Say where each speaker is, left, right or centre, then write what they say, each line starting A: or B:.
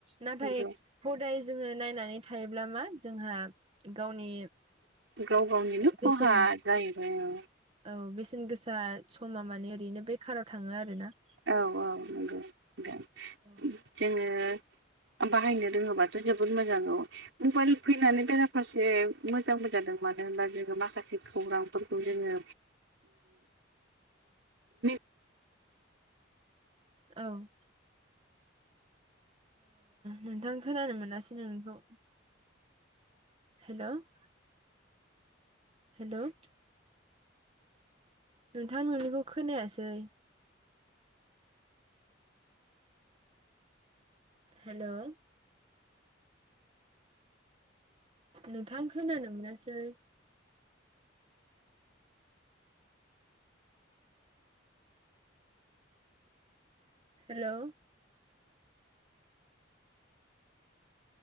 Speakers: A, on the right (about 30°); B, on the right (about 75°).
A: नाथाय
B: नंगौ
A: हदाय जोङो नायनानै थायोब्ला मा जोंहा गावनि
B: गाव गावनिनो खहा
A: बेसेन
B: जाहैबाय औ
A: औ बेसेन गोसा समा माने ओरैनो बे काराव थाङो आरो ना
B: औ औ नंगौ दां
A: औ
B: जोङो बाहायनो रोङोबाथ' जोबोद मोजां औ मबाइल फैनानै बेरा फारसे मोजांबो जादों मानो होनबा जोङो माखासे खौरांफोरखौ जोङो <inaudible>
A: औ। नोंथां खोनानो मोनासै नोंखौ। हेल' हेल'। नोंथां ननिखौ खोनायासै। हेल'? नोंथां खोनानो मोनासै। हेल'?